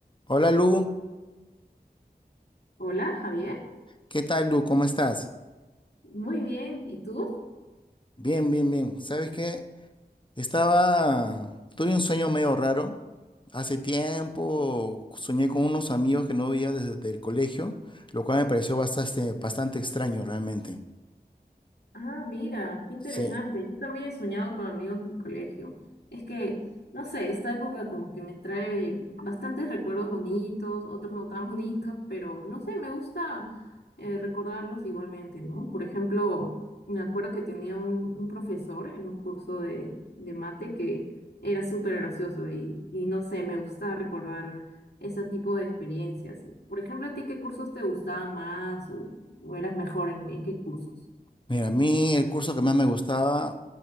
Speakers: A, on the left (about 30°); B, on the left (about 75°).
A: Hola Lu,
B: Hola, Javier.
A: ¿qué tal Lu? ¿Cómo estás?
B: Muy bien. ¿Y tú?
A: Bien, bien, bien. ¿Sabes qué? Estaba, tuve un sueño medio raro. Hace tiempo soñé con unos amigos que no veía desde el colegio, lo cual me pareció bastante, bastante extraño realmente.
B: Ah, mira, qué interesante.
A: Sí.
B: Yo también he soñado con amigos del colegio. Es que, no sé, esta época como que me trae bastantes recuerdos bonitos, otros no tan <laughs> bonitos, pero no sé, me gusta eh, recordarlos igualmente, ¿no? Por ejemplo, me acuerdo que tenía un, un profesor en un curso de, de mate que era súper gracioso y, y no sé, me gusta recordar ese tipo de experiencias. Por ejemplo, ¿a ti qué cursos te gustaban más o, o eras mejor en en qué cursos?
A: Mira, a mí el curso que más me gustaba